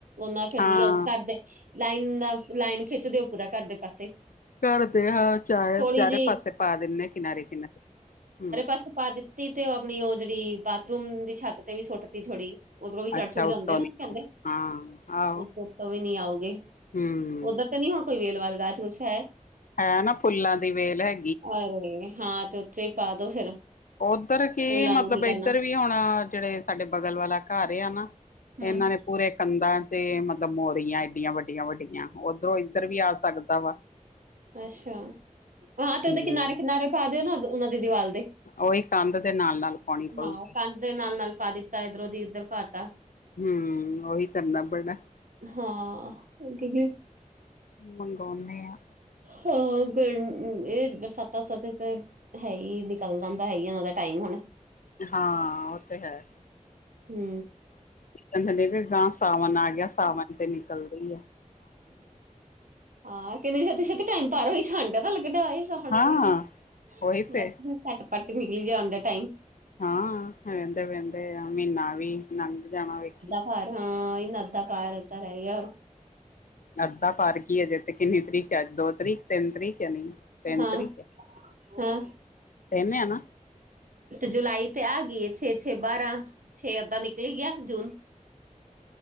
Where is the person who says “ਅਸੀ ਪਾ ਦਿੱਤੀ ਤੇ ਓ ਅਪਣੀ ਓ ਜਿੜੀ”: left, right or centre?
Right